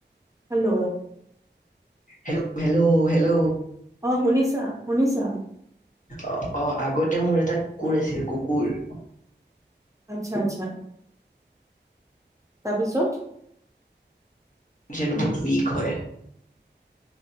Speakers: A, on the right; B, on the left.
A: Hello.
B: Hello hello hello.
A: অ শুনিছা? শুনিছা?
B: অ, অ', আগতে মোৰ এটা কুকুৰ আছিল কুকুৰ।
A: আচ্ছা, আচ্ছা। তাৰপিছত?
B: চেণ্ন্দপুট উইক হয়।